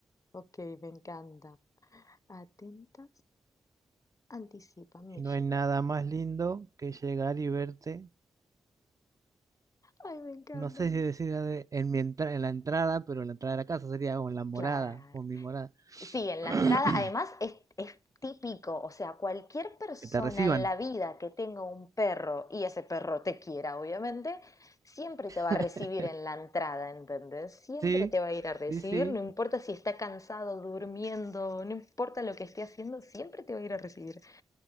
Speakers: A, on the left (about 30°); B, on the right (about 30°).
A: Ok, me encanta. Atentas anticipan
B: y
A: mi
B: no
A: llegada.
B: hay nada más lindo que llegar y verte,
A: Ay, me encanta.
B: no sé si decir de- en mi entra- en la entrada, pero en la entrada de la casa sería o en la morada
A: Claro.
B: o en mi morada,
A: Sí, en
B: <clears throat>
A: la entrada, además es, es típico, o sea, cualquier persona
B: que te reciban.
A: en la vida que tenga un perro y ese perro te quiera, obviamente, siempre te va
B: <laughs>
A: a recibir en la entrada, ¿entendés? Siempre
B: Sí,
A: te va a ir a recibir,
B: sí, sí,
A: no importa si está cansado, durmiendo, no importa lo que esté haciendo, siempre te va a ir a recibir.